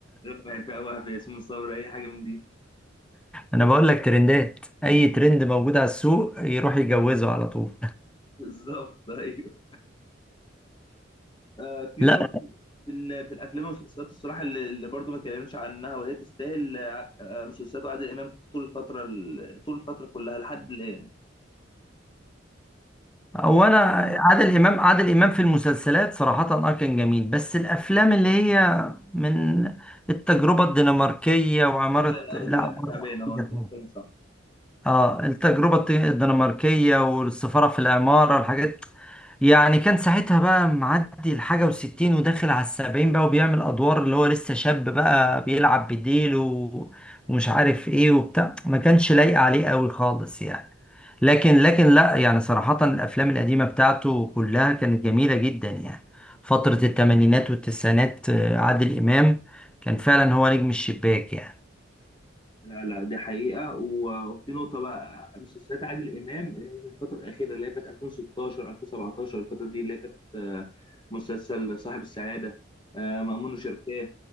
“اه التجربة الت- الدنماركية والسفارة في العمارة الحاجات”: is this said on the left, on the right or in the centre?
Centre